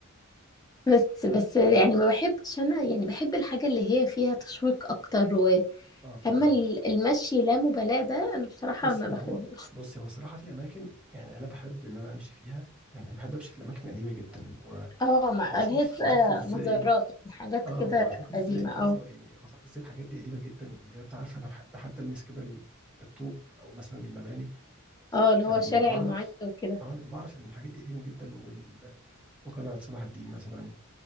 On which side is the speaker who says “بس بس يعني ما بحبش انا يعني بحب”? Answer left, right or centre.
Left